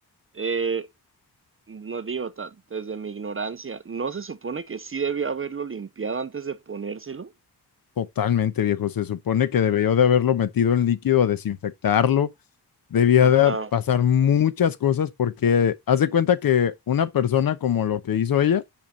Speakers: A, on the right (about 35°); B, on the left (about 60°).
A: eh, no digo, ta- desde mi ignorancia, ¿no se supone que sí debió haberlo limpiado antes de ponérselo?
B: totalmente, viejo. Se supone que debió de haberlo metido en líquido a desinfectarlo debía
A: Ajá.
B: de pasar muchas cosas porque haz de cuenta que una persona como lo que hizo ella,